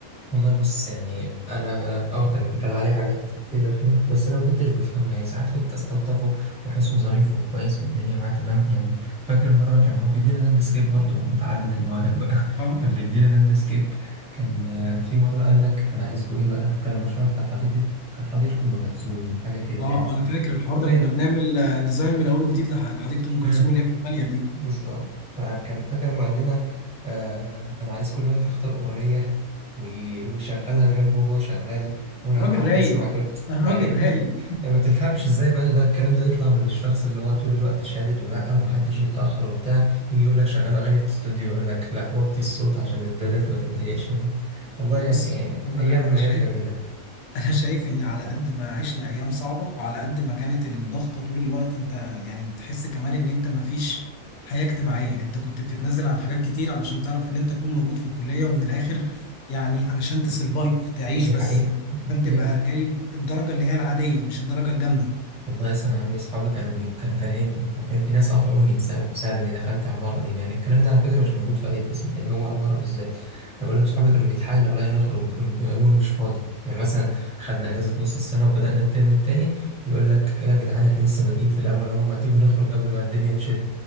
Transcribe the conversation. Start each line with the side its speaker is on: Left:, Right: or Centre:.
Centre: والله بص يعني انا انا اه كان كان عليه حاجات كتير رخمه بس انا ما كنتش بفهمه يعني ساعات كنت استلطفه واحسه ظريف وكويس والدنيا معاه تمام يعني فاكر مره كان هو بيدينا لاندسكيب برضه مع متعدد المواهب بقى <laughs>
Left: اه
Centre: كان بيدينا لاندسكيب كان آه، في مره قال لك انا عايزكم ايه بقى كان المشروع بتاع حديقه كان حديقه ام كلثوم حاجه كده
Left: آه،
Centre: يعني
Left: انا فاكر الحوار ده
Centre: <laughs>
Left: كنا بنعمل آه، ديزاين من اول وجديد لح- لحديقه ام كلثوم
Centre: مم.
Left: اللي هي في الماليا دي
Centre: بالظبط فكان فاكر ما قال لنا آه انا عايز كل واحد يختار اغنيه وي- ويشغلها جنبه وهو شغال وانا
Left: راجل
Centre: هعدي
Left: رايق
Centre: اسمع كل
Left: الراجل
Centre: فيعني
Left: رايق
Centre: فاهم يعني ما تفهمش ازاي بقى ده الكلام ده يطلع من الشخص اللي هو طول الوقت شادد ولا ومحدش يتاخر وبتاع يجي يقول لك شغلوا اغاني في الاستوديو يقول لك لا وطي الصوت عشان الدادات ما تتضايقش يعني والله يعني
Left: بص هو
Centre: ايام
Left: انا انا
Centre: ايام
Left: شايف
Centre: جميله
Left: انا شايف ان على قد ما عشنا ايام صعبه وعلى قد ما كانت الضغطه طول الوقت انت يعني بتحس كمان ان انت مفيش حياه اجتماعيه انت كنت بتتنازل عن حاجات كتير علشان تعرف ان انت تكون موجود في الكليه ومن الاخر يعني علشان تسرفايف تعيش
Centre: دي
Left: بس
Centre: حقيقه
Left: انت عشان
Centre: حقيقه
Left: تبقى جايب الدرجه اللي هي العاديه مش الدرجه الجامده
Centre: والله اصلا انا عندي اصحابي كانوا بي... كانوا كارهيني عارفين في ناس قطعوني بسبب بسبب اني دخلت عماره دي يعني الكلام ده على فكره مش موجود في اي قسم تاني هو عماره بالذات انا بقول لك اصحابي كانوا بيتحايلوا عليا نخرج قول قول لهم مش فاضي يعني مثلا خدنا اجازه نص السنه وبدانا الترم التاني يقول لك ايه يا جدعان احنا لسه بادئين في الاول اهو ما تيجوا نخرج قبل ما الدنيا تشد